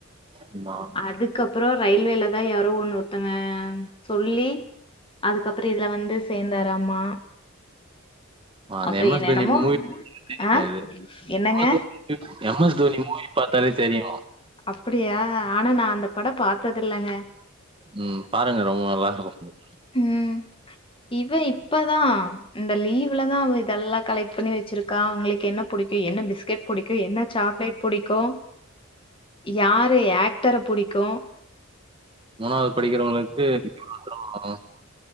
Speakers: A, on the right (about 25°); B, on the left (about 25°).
A: ஆமா
B: அதுக்கப்பறோ ரயில்வேல தா யாரோ ஒண்ணு ஒருத்தங்க சொல்லி அதுக்கப்புற இதுல வந்து சேந்தாராமா
A: ஆ அந்த
B: அப்புறம்
A: எம் எஸ்
B: என்னென்னமோ
A: தோனி மூவி <unintelligible>
B: ஆ
A: இது
B: என்னங்க?
A: பாக்கறது வந்து எம் எம் தோனி மூவி பாத்தாலே தெரியு
B: அப்படியா ஆனா நா அந்த படம் பாத்ததில்லங்க
A: உம் பாருங்க ரொம்ப நல்லா இருக்கும்
B: உம் இவ இப்பதா இந்த லீவ்ல தா அவ இதெல்லா கலெக்ட் பண்ணி வச்சிருக்கா அவங்களுக்கு என்ன புடிக்கு என்ன பிஸ்கெட் புடிக்கு என்ன சாக்லேட் புடிக்கு யாரு ஆக்டர புடிக்கு
A: மூணாவது படிக்கிறவங்களுக்கு <unintelligible>